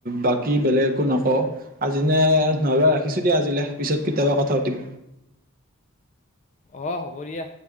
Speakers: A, on the right; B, on the left.
A: বাকী বেলেগ একো নকওঁ, আজিনে নহ'লে ৰাখিছোঁ দিয়া আজিলে। পিছত কেতিয়াবা কথা পাতিম।
B: অঁ, হ'ব দিয়া।